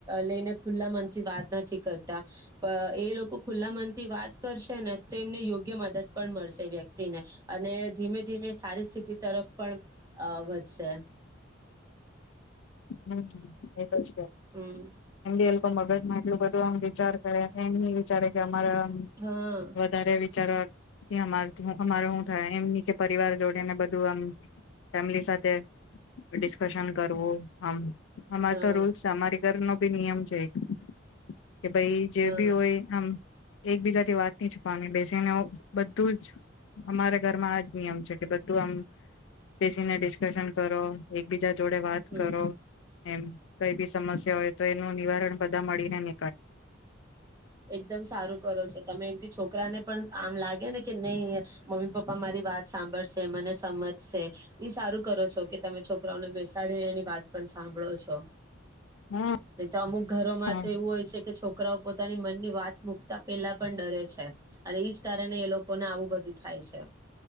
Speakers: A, on the right (about 20°); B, on the left (about 75°).
A: લઈને ખુલ્લા મનથી વાત નથી કરતા પણ એ લોકો ખુલ્લા મનથી વાત કરશે ને યોગ્ય મદદ પણ મળશે વ્યક્તિને અને ધીમે ધીમે સારી સ્થિતિ તરફ પણ વધશે
B: હમ એતો જ કે
A: હમ
B: એમડી એ મગજ માં એટલું બધું આમ વિચાર કરે મ વિચારે કે મ્હારા
A: હા
B: વધારે વિચારવા અમારે શું થાય એમની કે પરિવાર જોડીને બધું આમ ફેમિલી સાથે ડિસ્કશન કરવું હમ અમારે
A: હા
B: તો રૂલ્ છે અમારી ઘર ન અભ નમ જક કે ભાઈ જે
A: હા
B: બી હોય આમ એકબીજાથી વાત ન છુપવાની બેસીને બધું જ અમારા ઘરમાં આજ નિયમ છે કે બધું આમ બેસીને ડિસ્કશન કરો એકબીજા જોડે વાત
A: હમ
B: કરો એમ કઈ બી સમસ્યા હોય તો એનું નિવારણ તા મળી ન
A: એકદમ સારું કરો છો તમે એથી છોકરી છોકરાને પણ આમ લાગે ને કે નહી મમ્મી પપ્પા મારી વાત સાંભળશે મને સમજશે ઈ સારું કરો છો કે તમે છોકરાઓને બેસ ડી એની વાત પણ સાંભળો છો
B: હા
A: ન તો અમુક ઘરોમાં
B: હા
A: તો એવું હોય છે કે છોકરાઓ પોતાની મનની વાત મુૂકતા પેલા પણ ડરે છે. અને એજ કારણે એ લોકોને આવું બધું થાય છે.